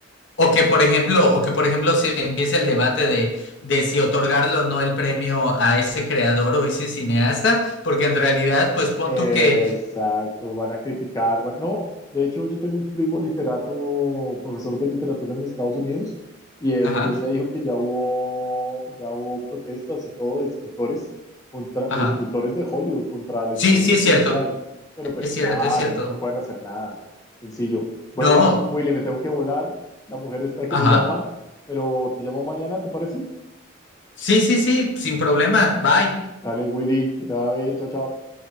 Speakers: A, on the left; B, on the left.
A: o que por ejemplo, o que por ejemplo se empiece el debate de, de si otorgarlo o no el premio a ese creador o ese cineasta, porque en realidad, pues pon
B: Exacto,
A: tú que,
B: van a criticar, van- No, de hecho yo tengo un primo literato, profesor de literatura en Estados Unidos, y él,
A: ajá,
B: y él me dijo que ya hubo, ya hubo protestas y todo de escritores, contra,
A: ajá.
B: de escritores de Hollywood contra la
A: Sí,
B: inteligencia
A: sí es
B: artificial,
A: cierto.
B: pero pues
A: Es cierto,
B: nada,
A: es cierto.
B: ya no, no pueden hacer nada, sencillo. Bueno,
A: No,
B: Willy, me tengo que volar, la mujer está que
A: ajá.
B: me llama, pero te llamo mañana, ¿te parece?
A: Sí, sí, sí, sin problema. Bye.
B: Dale, Willy, que te vaya bien, chao, chao.